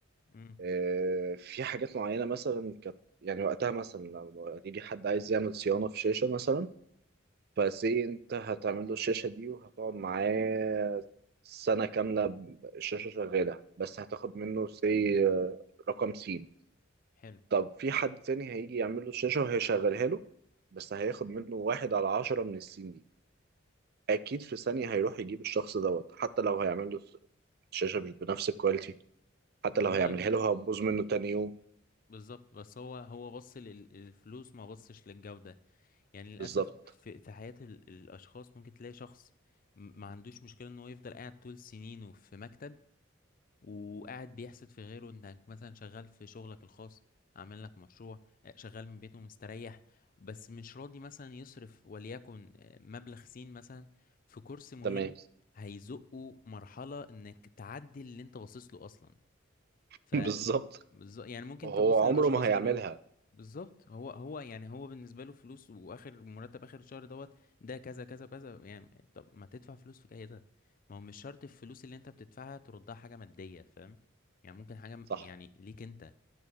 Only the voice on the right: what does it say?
آه، في حاجات معينة مثلا كانت يعني وقتها مثلا لو يجي حد عايز يعمل صيانة في شاشة مثلا فازاي انت هتعمل له الشاشة دي وهتقعد معاه سنة كاملة الشاشة شغالة بس هتاخد منه سي رقم سين
طب في حد تاني هيجي يعمل له الشاشة وهيشغلها له بس هياخد منه واحد على عشرة من السين دي أكيد في ثانية هيروح يجيب الشخص دوت حتى لو هيعمل له الشاشة مش بنفس الكواليتي حتى
لو هيعملها له هتبوظ منه تاني يوم
بالظبط
تمام
<laughs>
بالظبط
هو
عمره
ما هيعملها
صح